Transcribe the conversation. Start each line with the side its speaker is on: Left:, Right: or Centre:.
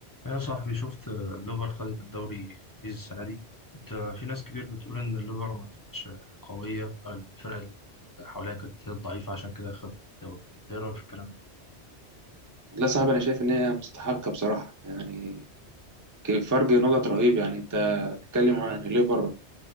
Left: يا صاحبي شفت آه، الليفر خدت الدوري الإنجليزي السنة دي أنت في ناس كتير بتقول إن الليفر ما كانتش قوية أو الفرق اللي حواليها كانت هي الضعيفة عشان كده خد الدوري إيه رأيك في الكلام ده؟
Right: والله صعب انا شايف ان هي مستحقه بصراحه يعني ك- فرق نقط رهيب يعني انت بتتكلم عن الليفر